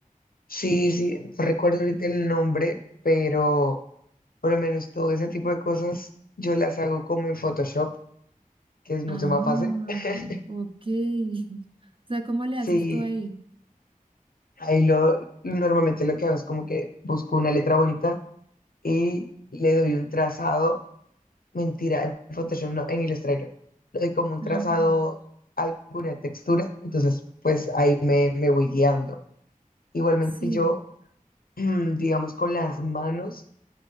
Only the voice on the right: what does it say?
Ah,
ok. <laughs> O sea, ¿cómo le
haces tú ahí?
Ah,
sí.